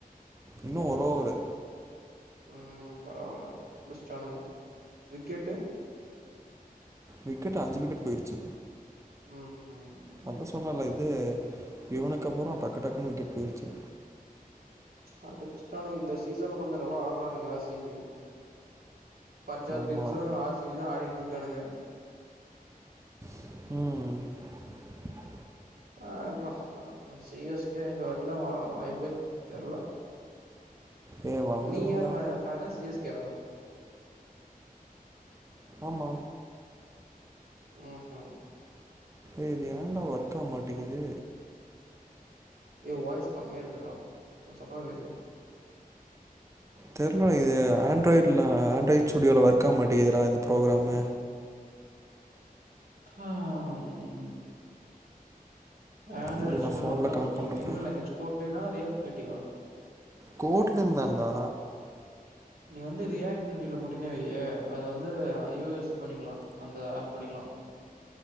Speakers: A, on the right; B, on the right.
A: இன்னோ ஒரு ஓவரு.
B: ம் பரவல முடிஷ்டானுங்க விக்கெட்டு
A: விக்கெட் அஞ்சு விக்கெட் போயிருச்சு
B: உம் உம்
A: அதா சொன்னேல இது இவனுக்கு அப்புறோ டக்கு டக்குனு விக்கெட் போயிருச்சே
B: அடுத்துட்டான இந்த சீசன்ல கொஞ்சோ நல்லா போரானுங்க ஆர் சி பி பஞ்சாப்
A: ஆமா
B: கிங்ஸும் ஆர் சி பிதா ஆடிட்டுருக்கானுங்க.
A: <inaudible>
B: பாக்லா அ சி எஸ் கே இந்த வாட்டிலா வா வாய்ப்பே தெர்ல
A: ஏ வந்துரும்டா
B: உ நீ யார் மே சி எஸ் கேவா
A: ஆமா
B: ம் ம்
A: எ இது ஏண்டா ஒர்க்காவ் மாட்டேங்குது
B: ஏ ஊ வாய்ஸ் கம்மியா இருக்குறா கொஞ் சத்தமா பேசு
A: தெர்ல்லா இது ஆண்ட்ராய்ட்ல ஆண்ட்ராய் ஸ்டுடியோல ஒர்க்கா மாட்டிகிதுரா இந்த ப்ரோகிராமு
B: ம் ஆண்ட்ராய்டட
A: இரு
B: ஸ்டுடியோல
A: நான் ஃபோன்ல
B: ஒர்க் ஆவ்
A: கனெக்ட்
B: மாட்டிங்கு
A: பண்றேன் அப்டியே
B: என்ன லாங்வேஜ் கோட் டென்னா <unintelligible> மேட்டிவ்வா
A: கோட்லென்தாண்டா
B: நீ வந்து ரியாக்ட் நெட்டில போட்டுனே வையே அது வந்து ஐயோயெஸ்ஸு பண்ணிக்லா அந்த ஆப் பண்ணிக்குலா